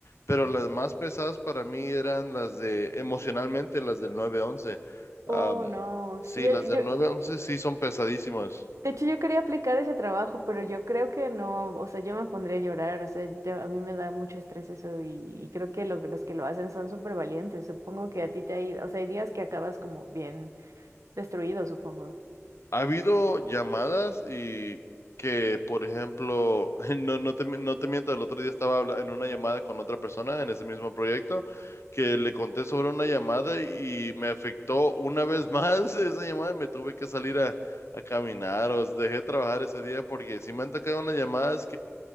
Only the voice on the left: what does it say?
pero las más pesadas para mí eran las de emocionalmente, las del 911. Am,
sí,
las
del
nueve once sí son pesadísimas.
Ha habido llamadas y que, por ejemplo, <laughs> no, no te, mi- no te miento, el otro día estaba habla- en una llamada con otra persona en ese mismo proyecto, que le conté sobre una llamada y me afectó una vez más <laughs> esa llamada y me tuve que salir a, a caminar, o dejé trabajar ese día porque sí me han tocado unas llamadas